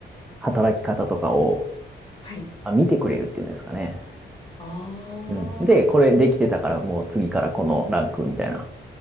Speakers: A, in the centre; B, on the left.
A: 働き方とかを、
B: はい。
A: あ、見てくれるっていうんですかね。
B: ああ、
A: うん。で、これできてたからもう次からこのランクみたいな。